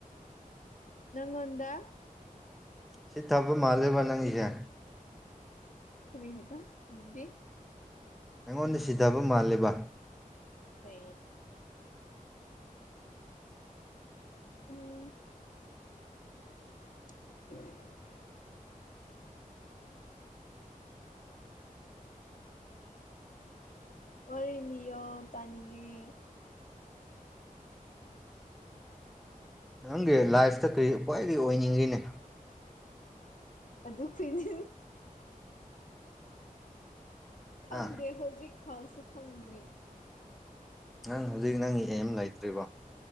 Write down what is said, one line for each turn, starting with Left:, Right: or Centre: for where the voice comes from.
Left: ꯅꯪꯈꯣꯟꯗ
Centre: ꯁꯤ ꯊꯕ ꯃꯥꯂꯦꯕ ꯅꯉꯒꯦ
Left: ꯀꯔꯤ ꯍꯕ ꯑꯗꯨꯗꯤ
Centre: ꯑꯩꯉꯣꯟꯗ ꯁꯤꯊꯕ ꯃꯥꯜꯂꯦꯕ
Left: ꯑ ꯎꯝ <unintelligible> ꯑꯣꯏꯅꯤꯌꯣ ꯇꯥꯅꯤꯡꯉꯤ
Centre: ꯅꯪꯒꯤ ꯂꯥꯏꯐꯇ ꯀꯔꯤ ꯎꯄ꯭ꯥꯏꯗꯒꯤ ꯑꯣꯏꯅꯤꯡꯉꯅꯦ
Left: ꯈꯅꯦ ꯈꯪꯗꯦ
Centre: ꯍꯥ
Left: ꯍꯧꯖꯤꯛ ꯐꯥꯎꯁꯤ ꯈꯪꯗ꯭ꯔꯤ
Centre: ꯅꯪ ꯍꯧꯖꯤꯛ ꯅꯪꯒꯤ ꯑꯦꯝ ꯂꯩꯇ꯭ꯔꯤꯕꯣ